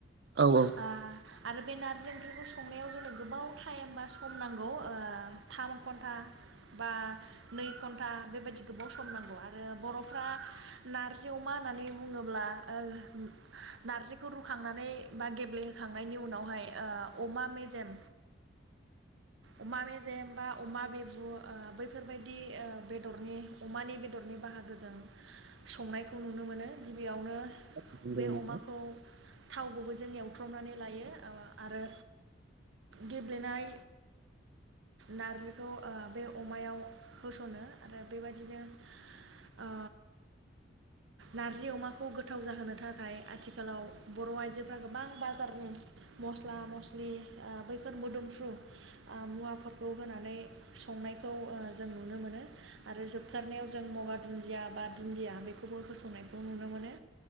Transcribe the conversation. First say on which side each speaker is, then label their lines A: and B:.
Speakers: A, on the right; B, on the right.
A: औ औ
B: आ आरो बे नार्जि ओंख्रिखौ संनायाव जोंनो गोबाव टाइम बा सम नांगौ ओ थाम घन्टा बा नै घन्टा बेबायदि गोबाव सम नांगौ आरो बर'फ्रा नारजि अमा होननानै बुङोब्ला ओ नारजिखौ रुखांनानै बा गेब्लेहोखांनायनि उनावहाय ओ अमा मेजेम अमा मेजेम बा अमा बिबु ओ बैफोरबायदि ओ बेदरनि अमानि बेदरनि बाहागोजों संनायखौ नुनो मोनो गिबियावनो
A: नंगौ
B: बे
A: नोंथां
B: अमाखौ थाव गुबैजों एवथ्रमनानै लायो ओ आरो गेब्लेनाय नारजिखौ ओ बे अमायाव होस'नो आरो बेबायदिनो ओ नारजि अमाखौ गोथाव जाहोनो थाख खाय आथिखालाव बर' आइजोफ्रारा गोबां बाजारनि मस्ला मस्लि ओ बैफोर मोदोमफ्रु ओ मुवाफोरखौ होनानै संनायखौ ओ जों नुनो मोनो आरो जोबथारनायाव जों मगा दुन्दिया बा दुन्दिया बेखौबो होसन्नायखौ नुनो मोनो।